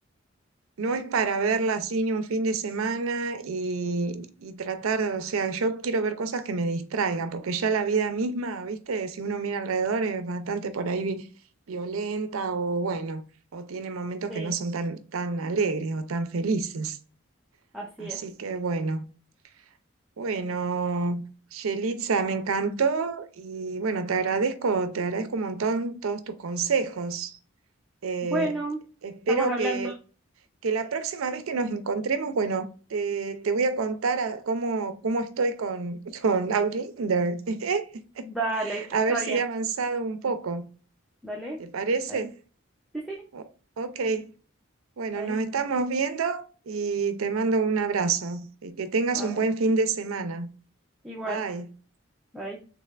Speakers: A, on the right; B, in the centre.
A: No es para verla así ni un fin de semana y, y tratar, o sea, yo quiero ver cosas que me distraigan, porque ya la vida misma, viste, si uno mira alrededor es bastante por ahí vi- violenta o bueno, o tiene momentos
B: Sí,
A: que no son tan, tan alegres o tan felices.
B: así
A: Así
B: es.
A: que bueno, bueno, Yelitza, me encantó y bueno, te agradezco, te agradezco un montón todos tus consejos. Eh,
B: Bueno,
A: espero
B: estamos hablando.
A: que que la próxima vez que nos encontremos, bueno, te, te voy a contar a- cómo, cómo estoy con, con Outlander, <laughs>
B: Dale,
A: a
B: está
A: ver si
B: bien.
A: he avanzado un poco,
B: Dale.
A: ¿te parece?
B: Bye. Sí, sí.
A: O- ok, bueno,
B: Bye.
A: nos estamos viendo y te mando un abrazo y que tengas
B: Bye.
A: un buen fin de semana.
B: Igual.
A: Bye.
B: Bye.